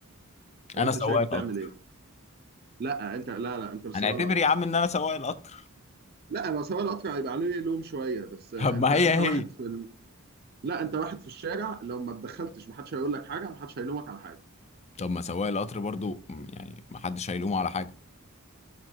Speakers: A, on the right; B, on the left.
A: فانت
B: انا سواق
A: شايف تعمل
B: القطر
A: ايه لا انت لا لا انت مش
B: هنعتبر
A: سواق القطر
B: يا عم ان انا سواق القطر
A: لا ما سواق القطر هيبقى عليه لوم شويه بس انت
B: <laughs> طب ما
A: انت
B: هي هي
A: واحد في ال... لا انت واحد في الشارع لو ما اتدخلتش محدش هيقول لك حاجه محدش هيلومك على حاجه
B: طب ما سواق القطر برضو مم، يعني ما حدش هيلومه على حاجة